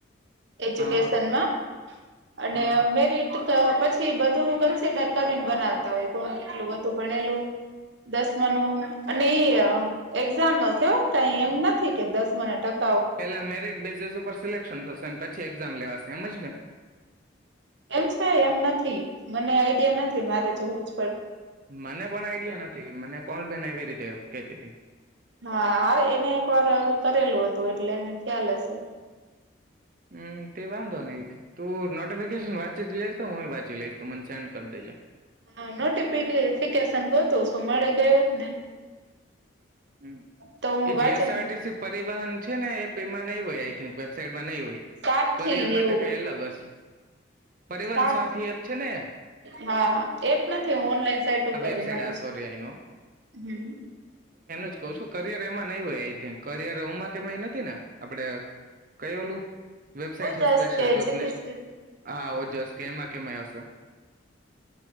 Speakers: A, on the right; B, on the right.
A: એજ્યુકેશનમાં
B: હા
A: અને
B: હા
A: મેરિટ તો પછી બધું કન્સિડર કરીને બનાવતા હોય કોણ કેટલું બધું ભણેલું દસમા નું અને એ એક્ઝામ હશે કઈ એમ નથી કે દસમા ના ટ
B: પેલા મેરીિટ બેઝિસ ઉપર સિલેક્શન થશે પછી એક્ઝામ લેવાશે તેમજ ને
A: એમ થ એમ નથી મને આઈડિયા નથી મારે જોવું જ
B: મને પણ આઈડિયા નથી મને કોલ બેન એવી રીતે કેતી હતી
A: હાા એને એક વાર હ કરેલું હતું તો એટલે એને ખ્યાલ હશે
B: હમ તે વાંધો નહીિ તું નોટિફિકેશન વાંચી જ લઈસ હું વાંચી લઈશ મને સેન્ડ કરી દેજે
A: હા નોટિફફિકેશન ગતું શું મળી ગયું ને
B: હ
A: તો હું
B: એ
A: વાંચે
B: જેએસઆરટીસી પરિવહન છે ને પેમામાં ન હોય આ વેબસાાઈટમાં નહી હોય
A: સારથી
B: કરિયર માટે
A: એવું
B: કઈ અલગ હશે પરિવહન
A: હા
B: સાથી એપ છે ને
A: હા એપ નથી ઓનલાઈન સાઈટ
B: આ
A: ઉપર
B: વેબસાઇટ
A: મારું
B: આ સોરી આઈનો
A: હમ
B: ક છું કરિયર એમાં નહી હોય આઈ થિક કરિયર હમાં કેય નથી ને આપડે કય ઓલું વેબસાાઈટ
A: ઓજસ
B: છે સ્પેશિયલ
A: કે
B: જોબની
A: જીપીસી
B: જ હા ઓ જસ કે એમાં કેમય હશે